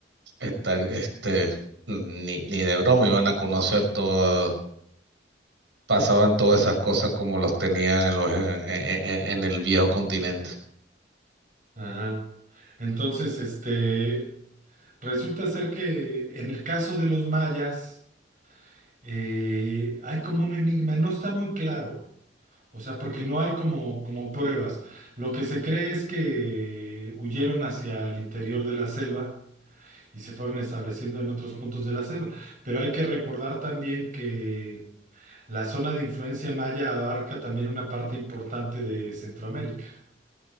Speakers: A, on the right; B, on the right.
A: estar, este, ni, ni de broma iban a conocer todo, pasaban todas esas cosas como los tenían en, los, en en- en el viejo continente.
B: Ajá. Entonces, este, resulta ser que en el caso de los mayas, eh, hay como un enigma, no está muy claro. O sea, porque no hay como, como pruebas. Lo que se cree es que huyeron hacia el interior de la selva y se fueron estableciendo en otros puntos de la selva. Pero hay que recordar también que la zona de influencia maya abarca también una parte importante de Centroamérica.